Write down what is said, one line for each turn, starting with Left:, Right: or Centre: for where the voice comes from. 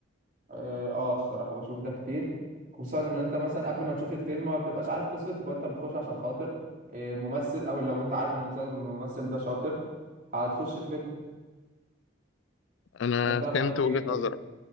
Right: اه آه، الصراحه بشوف ده كتير خصوصا ان انت مثلا قبل ما تشوف الفيلم ما بتبقاش عارف قصته فانت بتخش عشان خاطر آه، الممثل او لو انت عارف ان المس- الممثل ده شاطر هتخش الفيلم
Left: انا
Right: انت
Left: فهمت
Right: رايك
Left: وجهة
Right: ايه طيب
Left: نظرك